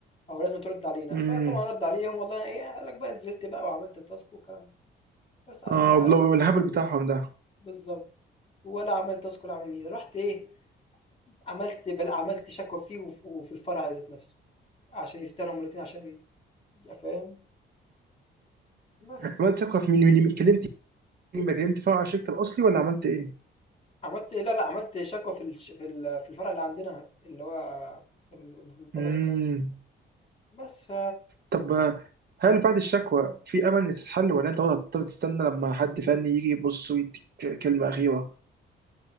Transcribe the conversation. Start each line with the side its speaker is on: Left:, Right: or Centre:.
Left: او لازم ترد علينا
Right: امم
Left: فطبعا رد عليهم والله ايه قال لك بقى نزلت بقى وعملت التاسك والكلام ده بس قال
Right: اه
Left: له ما-
Right: والله والهبل بتاعهم ده
Left: بالظبط ولا عملت تاسك ولا عمل نيله رحت ايه عملت بل عملت شكوى فيه وف- وفي الفرع ذات نفسه عشان يستاهلوا الاثنين عشان يا فاهم بس
Right: عملت ثقه في مين مين مين- كلمت مين بقى كلمت فرع الشركه الاصلي ولا عملت ايه
Left: عملت إيه، لا لا عملت شكوى في الش- في ال- في الفرع اللي عندنا اللي هو ال- اللي في البلد
Right: امم
Left: بتاعتنا بس ف
Right: طب آه، هل
Left: مم.
Right: بعد الشكوى في امل ان تتحل ولا انت برضه هتضطر تستنى لما حد فني يجي يبص ويديك كلمه اخيره